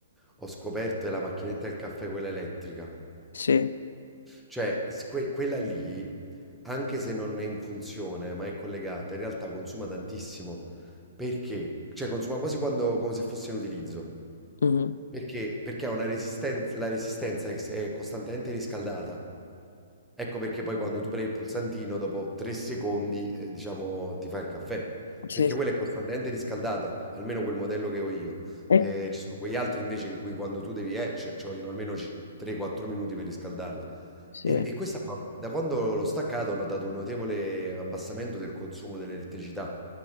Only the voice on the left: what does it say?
Sì.
Mhm.
Sì,
sì,
Eh,
sì,